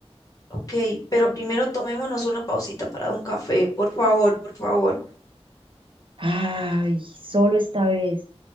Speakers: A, on the left; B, on the right.
A: Ok, pero primero tomémonos una pausita para un café, por favor, por favor.
B: Ay, solo esta vez.